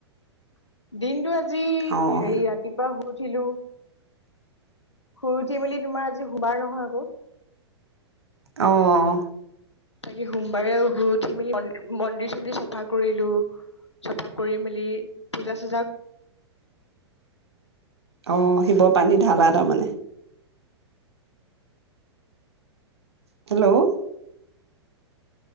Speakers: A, on the left; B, on the right.
A: <inaudible> দিনটো আজি
B: অ',
A: সে ৰাতিপুৱা সুত উঠিলো, শুই উঠি মেলি তোমাৰ আজি শুবাৰ নহয় আকৌ।
B: আহ
A: তাকি সোমবাৰে শুই উঠি মেলি <unintelligible> ুি চুন্দি চাফা কৰিলো, চাফা কৰি মেলি পূজা চজা <inaudible>
B: অ, শিৱৰ পানী ঢালা তাৰমানে hello